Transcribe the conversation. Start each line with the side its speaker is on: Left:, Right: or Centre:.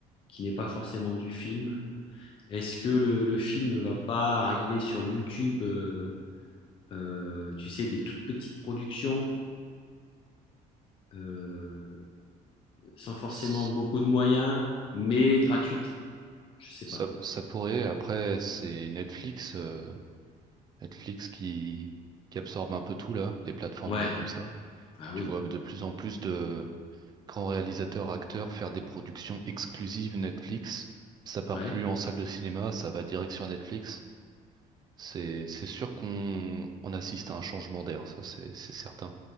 Left: qui n'est pas forcément du film? Est-ce que le, le film ne va pas arriver sur YouTube, euh, euh, tu sais, des toutes petites productions, euh, sans forcément
Right: S-
Left: beaucoup de moyens, mais gratuites? Je sais
Right: Ça,
Left: pas.
Right: ça pourrait, après, c'est Netflix, euh, Netflix qui, qui absorbe un peu tout là, les plateformes
Left: Ouais,
Right: euh, comme ça.
Left: ah oui,
Right: Tu vois de plus en plus de grands réalisateurs, acteurs faire des productions exclusives Netflix. Ça part
Left: ouais,
Right: plus en salle de cinéma, ça va direct sur Netflix. C'est, c'est sûr qu'on on assiste à un changement d'air, ça c'est c'est certain.